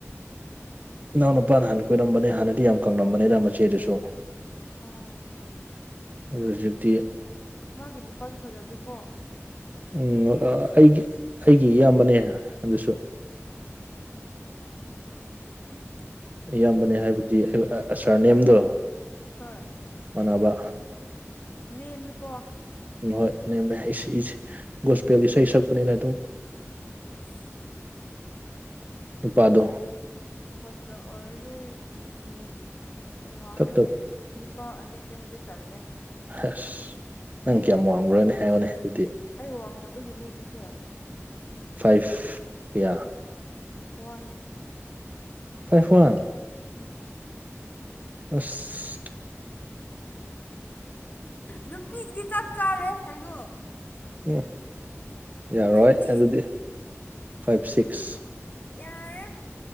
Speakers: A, on the right; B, on the left.
A: ꯏꯅꯥꯎ ꯅꯨꯄꯥꯅ ꯍꯥꯟꯅ ꯀꯣꯏꯔꯝꯕꯅꯦ ꯍꯥꯟꯅꯗꯤ ꯌꯥꯝ ꯀꯪꯂꯝꯕꯅꯤꯅ ꯃꯆꯦꯗꯨꯁꯨ
B: ꯑꯣ
A: ꯑꯩ ꯍꯧꯖꯤꯛꯇꯤ
B: ꯃꯥꯒꯤ ꯅꯨꯄꯥꯁꯨ ꯐꯖꯗꯦꯀꯣ
A: ꯎ ꯑꯩꯒꯤ ꯑꯩꯒꯤ ꯏꯌꯥꯝꯕꯅꯦ ꯑꯗꯨꯁꯨ
B: <unintelligible>
A: ꯏꯌꯥꯝꯕꯅꯦ ꯍꯥꯏꯕꯗꯤ ꯑꯩ ꯁꯥꯔ ꯅꯦꯝꯗꯣ
B: ꯍꯣꯏ
A: ꯃꯥꯟꯅꯕ
B: ꯅꯦꯝꯃꯤꯀꯣ
A: ꯎꯃ ꯍꯣꯏ ꯅꯦꯝꯃꯦ ꯏꯁ ꯒꯣꯁꯄꯦꯜꯒꯤ ꯏꯁꯩ ꯁꯛꯄꯅꯤꯅ ꯑꯗꯨꯝ
B: ꯐꯁ
A: ꯅꯨꯄꯥꯗꯣ
B: ꯒꯣꯁꯄꯦꯜ ꯑꯣꯔꯖ ꯌꯨꯇꯨꯄ ꯎꯝ <unintelligible>
A: ꯊꯛꯇ
B: ꯑꯩ ꯅꯨꯄꯥ ꯑꯅꯦꯝꯕꯗꯤ ꯇꯜꯂꯦ
A: ꯑꯁ ꯅꯪ ꯀꯌꯥꯝ ꯋꯥꯡꯈꯕ꯭ꯔꯅꯦ ꯍꯥꯏꯌꯣꯅꯦ ꯑꯗꯨꯗꯤ
B: ꯑꯩ ꯋꯥꯡꯗꯕꯒꯤꯅꯦ ꯁꯤꯁꯦ
A: ꯐꯥꯏꯚ ꯀꯌꯥ
B: ꯋꯥꯟ
A: ꯐꯥꯏꯚ ꯋꯥꯟ
B: ꯎꯝ
A: ꯑꯁ
B: ꯅꯨꯄꯤꯒꯤꯗꯤ ꯆꯞ ꯆꯥꯔꯦ ꯀꯩꯅꯣ
A: ꯎꯝ ꯌꯥꯔꯣꯏ
B: ꯅꯪꯗꯤ
A: ꯑꯗꯨꯗꯤ ꯐꯥꯏꯚ ꯁꯤꯛꯁ
B: ꯌꯥꯔꯦ